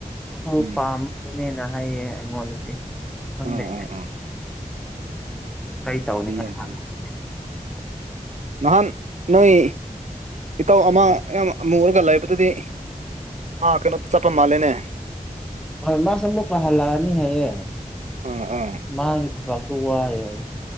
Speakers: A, in the centre; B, on the right.
A: ꯇꯨ
B: ꯎꯝ
A: ꯄꯥꯝ ꯏꯅꯦꯅ ꯍꯥꯏꯌꯦ ꯑꯩꯉꯣꯟꯗꯗꯤ ꯈꯪꯗꯦ
B: ꯑ ꯑ ꯑ
A: ꯀꯩ
B: ꯍꯨꯏꯌꯝ
A: <inaudible>
B: ꯅꯍꯥꯟ ꯅꯣꯏ ꯏꯇꯥꯎ ꯑꯃ ꯌꯥꯝ ꯃꯨꯔꯒ ꯂꯩꯕꯗꯨꯗꯤ ꯑꯥ ꯀꯩꯅꯣꯗ ꯆꯠꯄ ꯃꯥꯜꯂꯦꯅꯦ
A: ꯍꯣꯏ ꯃꯥꯁꯨ ꯑꯃꯨꯛꯀ ꯍꯜꯂꯛꯑꯅꯤ ꯍꯥꯏꯌꯦ
B: ꯑꯥ ꯑꯥ
A: ꯃꯥꯒꯤ ꯊꯕꯥꯛꯇꯣ ꯋꯥꯏ ꯍꯥꯏꯌꯦ